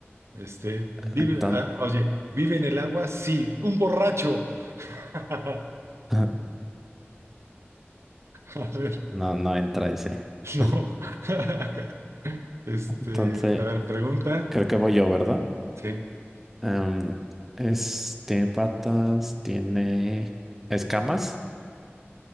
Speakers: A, on the right; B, in the centre.
A: Este, vive,
B: Entonces,
A: ah, oye, ¿vive en el agua? Sí, un borracho. <laughs>
B: <laughs>
A: A ver,
B: no, no entra ese.
A: no.
B: <laughs>
A: <laughs> Este,
B: Entonces,
A: a ver, pregunta.
B: creo que voy yo, ¿verdad?
A: Sí.
B: Em, es, tiene patas, tiene escamas,